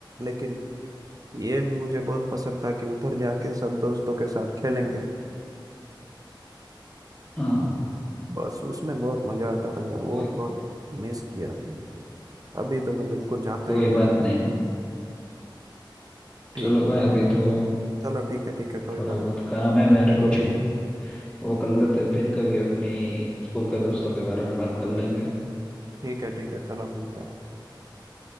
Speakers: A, on the right; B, in the centre.
A: लेकिन ये मुझे बहुत पसंद था कि उधर जाके सब दोस्तों के साथ खेलेंगे
B: हाँ
A: बस उसमें बहुत मजा आता था यार वो
B: कोई
A: बहुत मिस किया मैंने। अभी तो मैं बिल्कुल जाता
B: कोई
A: ही
B: बात नहीं
A: ठीक
B: चलो भाई अभी तो
A: चलो ठीक है ठीक है कोई
B: थोड़ा
A: बात
B: बहुत काम है मेरे को भी वो कर लेते हैं, फिर कभी अपनी स्कूल के दोस्तों के बारे में बात कर लेंगे
A: ठीक है ठीक है चलो मिलते हैं